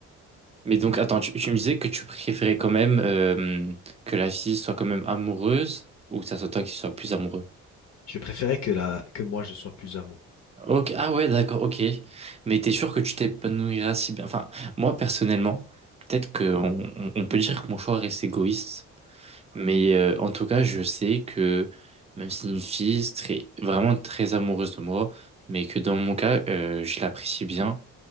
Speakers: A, on the right; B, on the left.
A: Mais donc, attends, tu, tu me disais que tu préférais quand même euh, que la fille soit quand même amoureuse ou que ça soit toi qui sois plus amoureux.
B: Je préférais que la, que moi je sois plus amoureux.
A: Ok, ah ouais, d'accord, ok. Mais t'es sûr que tu t'épanouiras si bien? Enfin, moi personnellement, peut-être qu'on on, on peut dire que mon choix reste égoïste, mais euh, en tout cas, je sais que même si une fille est très, vraiment très amoureuse de moi, mais que dans mon cas, euh, je l'apprécie bien,